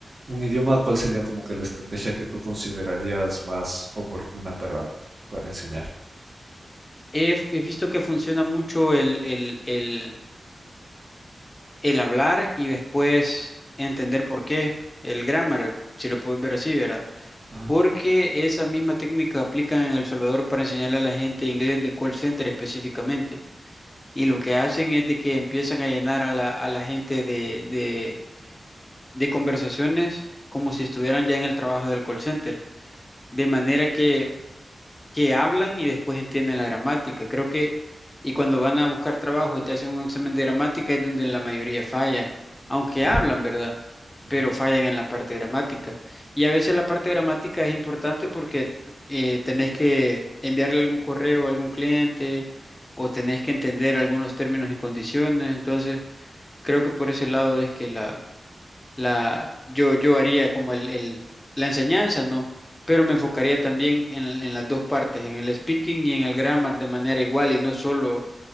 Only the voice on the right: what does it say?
un idioma, cuál sería como que la estrategia que tú considerarías más oportuna para, para enseñar?
Ah,
claro.
ujú.